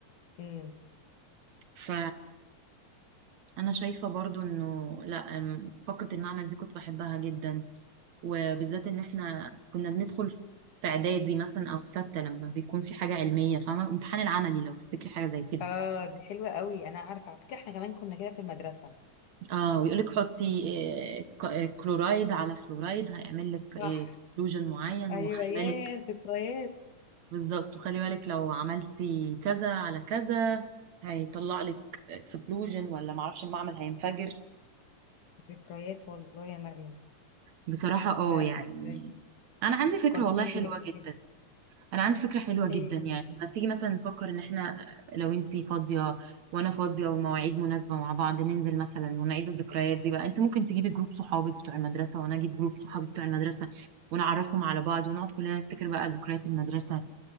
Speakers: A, on the left (about 75°); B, on the right (about 65°).
A: مم.
B: ف أنا شايفة برضو إنه لأ أم- فقرة المعمل دي كنت بحبها جدا وبالذات إن إحنا كنا بندخل في في إعدادي مثلا أو في ستة لما بيكون في حاجة علمية فاهمة الامتحان العملي لو تفتكري حاجة زي كده
A: اه دي حلوة قوي انا عارفة على فكرة احنا كمان كنا كده في المدرسة
B: اه ويقول لك حطي آه، ك- آه، كلورايد على فلورايد هيعمل لك اكسبلوجن
A: صح
B: معين
A: ايوه
B: وخلي
A: يا
B: بالك
A: ذكريات
B: بالظبط وخلي بالك لو عملتي كذا على كذا هيطلع لك اكسبلوجن ولا معرفش المعمل هينفجر
A: ذكريات والله يا مريم
B: بصراحة اه
A: لا
B: يعني
A: ازاي؟
B: انا عندي
A: فكرتيني
B: فكرة والله حلوة
A: بالحاجات
B: جدا
A: دي
B: انا عندي فكره حلوه
A: ايوه
B: جدا يعني ما تيجي مثلا نفكر ان احنا لو انتي فاضيه وانا فاضيه والمواعيد مناسبه مع بعض ننزل مثلا ونعيد الذكريات دي بقى انت ممكن تجيبي جروب صحابك بتوع المدرسه وانا اجيب جروب صحابي بتوع المدرسه ونعرفهم على بعض ونقعد كلنا نفتكر بقى ذكريات المدرسه